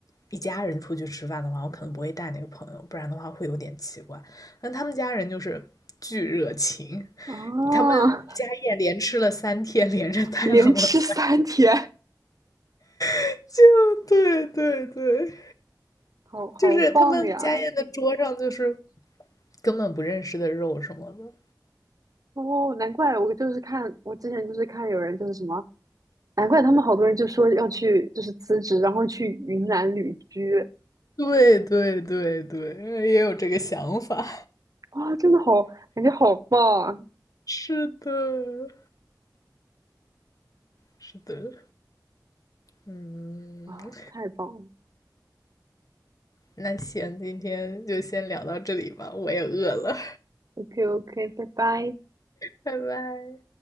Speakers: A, on the left (about 50°); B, on the right (about 55°).
A: 一家人出去吃饭的话，我可能不会带那个朋友，不然的话会有点奇怪。但他们家人就是巨热情，
B: 哦，
A: 他们家宴连吃了三天，连着带了我三，
B: <laughs> 连吃三天，
A: <laughs> 就对对对，
B: 好好棒呀！
A: 就是他们家宴的桌上就是根本不认识的肉什么的。
B: 哦，难怪我就是看，我之前就是看有人就是什么，难怪他们好多人就说要去就是辞职，然后去云南旅居，
A: 对对对对，也有这个想法。
B: 哇，真的好，感觉好棒
A: 是的，是的。嗯，
B: 啊，太棒了
A: 那行，今天就先聊到这里吧，我也饿了，
B: ，OK OK，拜拜。
A: 拜拜。